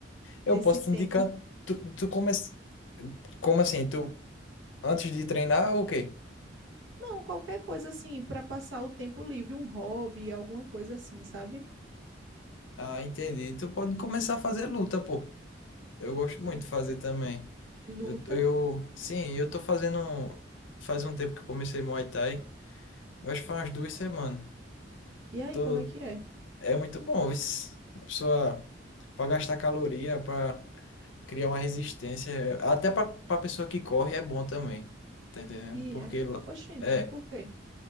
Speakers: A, on the left (about 85°); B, on the right (about 80°).
A: Eu
B: nesse
A: posso
B: tempo?
A: te indicar, tu, tu come, como assim, tu antes de treinar ou o quê?
B: Não, qualquer coisa assim, para passar o tempo livre, um hobby, alguma coisa assim, sabe?
A: Ah, entendi. Tu pode começar a fazer luta, pô. Eu gosto muito
B: L-
A: de fazer também.
B: Luta.
A: Eu, eu, sim, eu tô fazendo. Faz um tempo que eu comecei Muay Thai. Eu acho que faz umas duas semanas.
B: E aí,
A: Tô,
B: como é que é?
A: é muito bom, viu? A pessoa, pra gastar caloria, pra criar uma resistência. é, Até pra, pra pessoa que corre é bom também. Tá entendendo?
B: E
A: Porque.
B: é,
A: lá-
B: oxente,
A: É.
B: por quê?